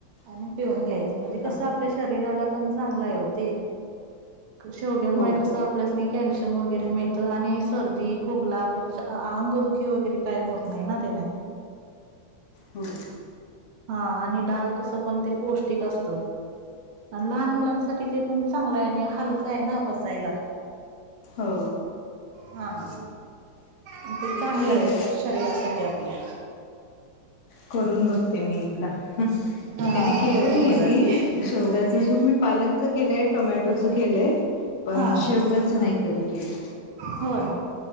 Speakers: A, on the right (about 80°); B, on the left (about 45°).
A: आणि पिऊन घ्यायचं, म्हणजे कसं
B: हां
A: आपल्या शरीराला पण चांगलाय ओ ते. क शेवग्यामुळे
B: हो
A: कसं आपल्यासनी कॅल्शियम वगैरे मिळतं आणि सर्दी, खोकला परत आ आंगदुखी वगैरे काय होत नाही ना त्याने.
B: हो
A: हा आणि डाळ कसं पण ते पौष्टिक असतं. आणि लहान मुलांसाठी ते पण चांगलं आहे, आणि हलका आहे ना पचायला.
B: हो
A: हा हा. अन ते चांगलंय
B: क
A: शरीरासाठी आपल्या.
B: करून बघते मी एकदा,
A: हा
B: कधी केलं
A: करून
B: नाहीये
A: बघा
B: मी
A: की
B: शेवग्या ते सुप मी पालकच केलंय. टोमॅटोच केलंय पण
A: हा
B: शेवग्याचं नाही कधी केलं.
A: होय